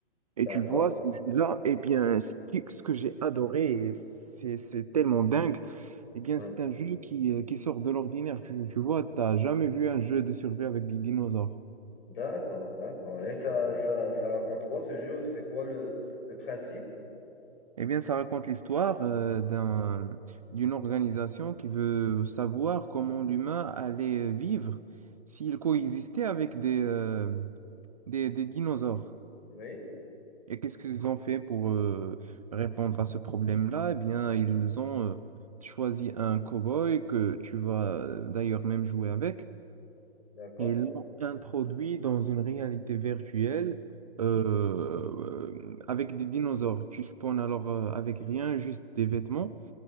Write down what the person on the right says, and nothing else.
Et
tu vois, ce jeu-là, eh bien, ce qui- ce que, j'ai adoré, et c'est c'est tellement dingue, eh bien,
c'est un jeu qui, euh, qui sort de l'ordinaire. Tu, tu vois, t'as jamais vu un jeu de survie avec des dinosaures.
Eh bien, ça raconte l'histoire euh, d'un, d'une organisation qui veut savoir comment l'humain allait vivre s'il coexistait avec des, euh, des des dinosaures.
Et qu'est-ce qu'ils ont fait pour euh, répondre à ce problème-là? Eh bien, ils ont euh, choisi un cow-boy que tu vas euh, d'ailleurs même jouer avec
et ils l'ont introduit dans une réalité virtuelle euh, euh, avec des dinosaures. Tu spawns alors euh, avec rien, juste des vêtements